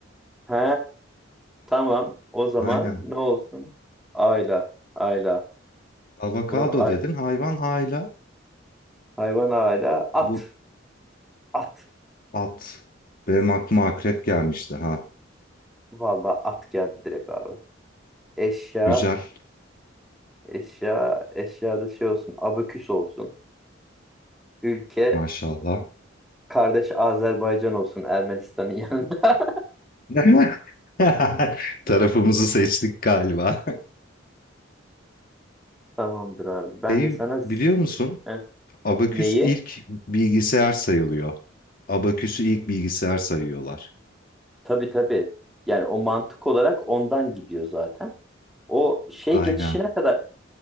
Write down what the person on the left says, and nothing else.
Aynen.
Avokado
dedin. Hayvan ayla.
Bu
at. Benim aklıma akrep gelmişti. Ha.
Güzel.
Maşallah.
<laughs> Tarafımızı seçtik galiba.
Şey,
biliyor musun?
Abaküs
ilk bilgisayar sayılıyor. Abaküsü ilk bilgisayar sayıyorlar.
Aynen.